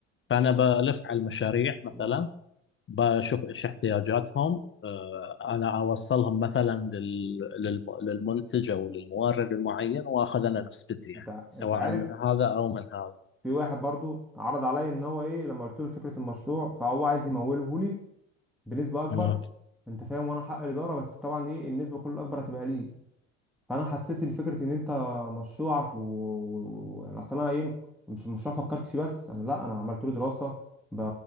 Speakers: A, on the left (about 30°); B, in the centre.
A: فأنا بلف على المشاريع مثلا
B: امم
A: بشوف إيش احتياجاتهم آه، أنا أوصلهم مثلا لل... للم... للمنتج أو للمورد المعين وآخذ أنا نسبتي يعني
B: انت انت
A: سواء
B: عارف
A: من هذا أو من هذا
B: في واحد برضو عرض عليا ان هو ايه لما قلت له فكرة المشروع فهو عايز يموله لي بنسبه اكبر
A: اه
B: انت فاهم وانا حق الاداره بس طبعا ايه النسبه كل الاكبر هتبقى ليه فانا حسيت ان فكره ان انت مشروعك و... و... يعني اصل انا ايه مش مشروع فكرت فيه بس انا لا انا عملت له دراسه ب...